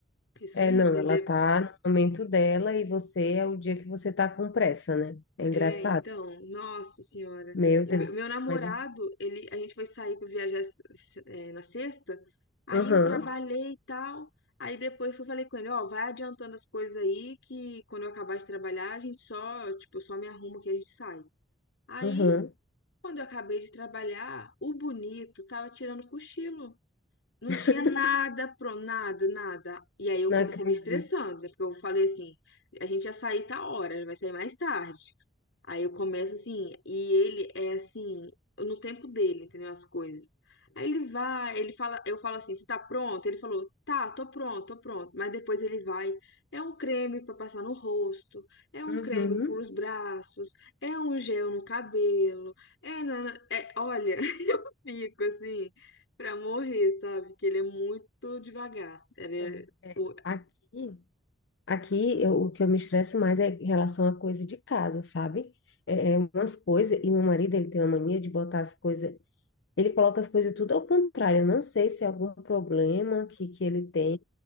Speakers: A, on the left; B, on the left.
A: Isso
B: É,
A: me
B: não,
A: irrita,
B: ela
A: entendeu?
B: tá no momento dela e você é o dia que você tá com pressa, né? É
A: É,
B: engraçado.
A: então, nossa senhora.
B: Meu
A: E
B: Deus.
A: me- meu namorado,
B: Mas assim,
A: ele, a gente foi sair pra viajar s- s- é, na sexta, aí
B: aham,
A: eu trabalhei e tal. Aí depois eu falei com ele, ó, vai adiantando as coisas aí que quando eu acabar de trabalhar, a gente só, tipo, eu só me arrumo que a gente sai. Aí
B: aham.
A: Quando eu acabei de trabalhar, o bonito tava tirando cochilo. Não
B: <laughs>
A: tinha nada pro nada, nada. E aí eu
B: Não
A: comecei
B: acredito.
A: me estressando, né? Porque eu falei assim, a gente ia sair tal hora, vai sair mais tarde. Aí eu começo assim, e ele é assim, no tempo dele, entendeu? As coisas. Aí ele vai, ele fala, eu falo assim, você tá pronto? Ele falou, tá, tô pronto, tô pronto. Mas depois ele vai, é um creme pra passar no rosto, é um
B: Uhum.
A: creme para os braços, é um gel no cabelo, é, nana- é, olha, <laughs> fico assim, pra morrer, sabe? Que ele é muito devagar. Ele
B: Não,
A: é,
B: é,
A: o-
B: aqui, aqui eu- o que eu me estresso mais é em relação a coisa de casa, sabe? É, é umas coisas, e meu marido, ele tem uma mania de botar as coisas Ele coloca as coisas tudo ao contrário. Eu não sei se é algum problema que, que ele tem.